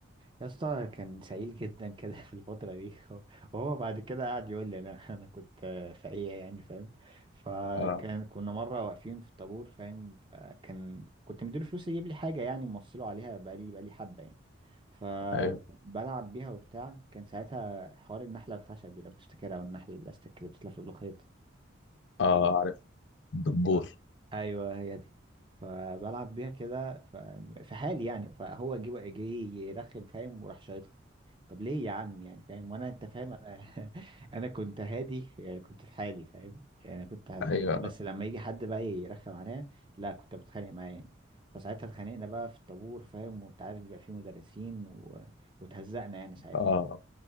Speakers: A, on the right (about 25°); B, on the left (about 65°).
A: يا اسطى كان سعيد جدا كده <laughs> في الفترة دي وهو بعد كده قعد يقول لي انا <laughs> انا كنت فقيه يعني فاهم فكان
B: اه
A: كنا مرة واقفين في الطابور فاهم فكان كنت مديله فلوس يجيب لي حاجة يعني موصله عليها بقالي بقالي حبة يعني فبلعب
B: ايوه
A: بيها وبتاع كان ساعتها حوار النحلة الخشب دي لو تفتكرها او النحلة البلاستيك اللي بتتلف في الخيط
B: اه عارف دبور
A: ف... ايوه هي دي فبلعب بيها كده ف... في حالي يعني فهو جه جه يرخم فاهم وراح شايطها طب ليه يا عم يعني فاهم وانا انت فاهم انا <laughs> انا كنت هادي يعني كنت في حالي فاهم يعني انا كنت في
B: ايوه
A: حالي بس لما يجي حد بقى يرخم عليا لا كنت بتخانق معاه يعني فساعتها اتخانقنا بقى في الطابور فاهم وانت عارف بيبقى فيه مدرسين و... وتهزقنا يعني ساعتها
B: اه